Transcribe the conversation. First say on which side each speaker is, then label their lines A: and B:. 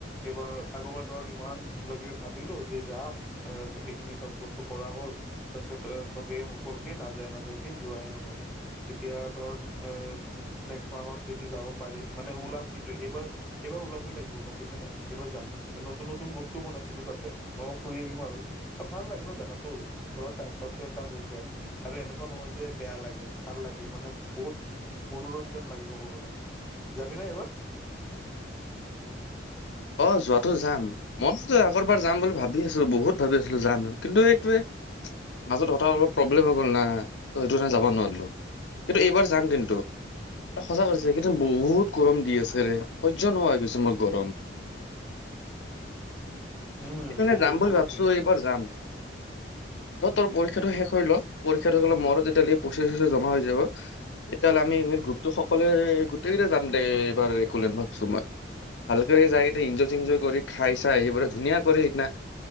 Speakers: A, in the centre; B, on the left.
A: এইবাৰ, আগৰবাৰ ধৰ ইমান কিবা-কিবি ভাবিলো যে যাম অ গোটেই খিনি চব বস্তু কৰা হ'ল, তাৰ পিছত চবেই ক'লে কি নাযাও যাও নাযাওকে যোৱায়ে নহ'ল, এতিয়া ত এ নেক্স মাহত যদি যাব পাৰি? মানে ওলাম কিন্তু এইবাৰ, এইবাৰ ওলাবই লাগিব গম পাইছা নে এইবাৰ যাম নতুন নতুন বস্তু বনাইছে। অহ ফুৰি আহিম আৰু ভাল লাগে ন যেগাটো, ধৰ টাইম পাছ এটা হৈ যায়। আৰু এনেকুৱা নহয় যে বেয়া লাগে, ভাল লাগে মানে বহুত মনোৰঞ্জন লাগিব ক'ব গ'লে, যাবি নে এইবাৰ?
B: অহ যোৱাতো যাম মইতো আগৰ পৰা যাম বুলি ভাবি আছোঁ, বহুত ভাবি আছিলো যাম যে কিন্তু এইটোৱে মাজত হঠাৎ অলপ প্ৰব্লেম হৈ গ'ল না, ত সেইটো কাৰণে যাব নোৱাৰিলো কিন্তু এইবাৰ যাম কিন্তু সঁচা কৰিছো, এইকেইদিন বহুত গৰম দি আছেৰে সহ্য নোহোৱা হৈ গৈছে মোৰ গৰম-
A: উম
B: সেইকাৰণে
A: বহুত
B: যাম বুলি
A: গৰম
B: ভাবিছো
A: দি আছে
B: এইবাৰ যাম, তোৰ পৰীক্ষাটো শেষ হৈ ল'ক পৰীক্ষা হৈ গ'লে মোৰ হাতত তেতিয়ালৈ পইচা চইচা জমা হৈ যাব, তেতিয়া হ'লে আমি গ্ৰপতটো সকলোৱে গোটেই - দে যাম দে এইবাৰ একলেন' ভাবছো মই ভালকৰি যায় এতিয়া ইনঞ্জয়-চিনঞ্জয় কৰি খাই চাই আহিবলে ধুনীয়া কৰে সিদিনা